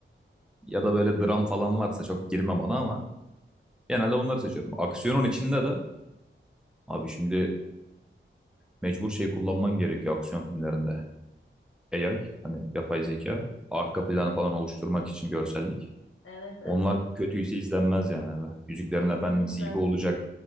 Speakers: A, in the centre; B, on the left (about 80°).
A: Ya da böyle dram falan varsa çok girmem ona ama genelde bunları seçiyorum. Aksiyonun içinde de abi şimdi mecbur şey kullanman gerekiyor aksiyon filmlerinde. AI hani yapay zeka arka planı falan oluşturmak için görsellik.
B: evet evet
A: Onlar kötüyse izlenmez yani. Böyle Yüzüklerin
B: kesinlikle.
A: Efendisi gibi olacak.